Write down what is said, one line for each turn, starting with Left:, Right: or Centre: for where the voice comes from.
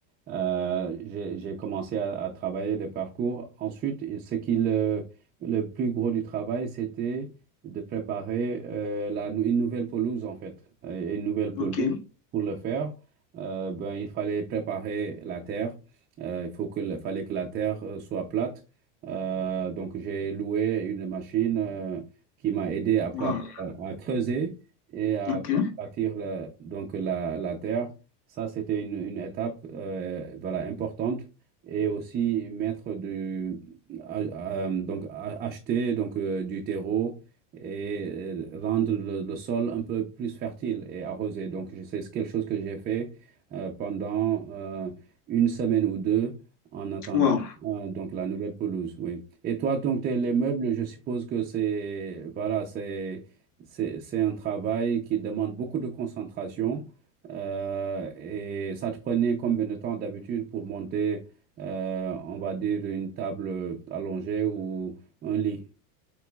Right: Euh, j'ai, j'ai commencé à, à travailler les parcours. Ensuite, ce qui le, le plus gros du travail, c'était de préparer euh, la, une nouvelle pelouse en fait, Euh, une nouvelle pelouse
Left: ok,
Right: pour le faire euh, ben, il fallait préparer la terre. Euh, il faut que, le- fallait que la terre euh, soit plate. Euh, donc, j'ai loué une machine euh, qui m'a aidé à, plat-
Left: wow,
Right: à creuser et à
Left: ok,
Right: bâtir la- donc la, la terre. Ça, c'était une, une étape euh, voilà, importante. Et aussi mettre du, à- à- donc à- acheter donc, euh, du terreau et euh, rendre le, le sol un peu plus fertile et arrosé. Donc, je- c'est quelque chose que j'ai fait euh, pendant euh, une semaine ou deux en attendant
Left: wow.
Right: euh, donc la nouvelle pelouse, oui. Et toi, donc, t'es- les meubles, je suppose que c'est voilà, c'est c'est c'est un travail qui demande beaucoup de concentration euh, et ça te prenait combien de temps d'habitude pour monter, euh, on va dire, une table allongée ou un lit?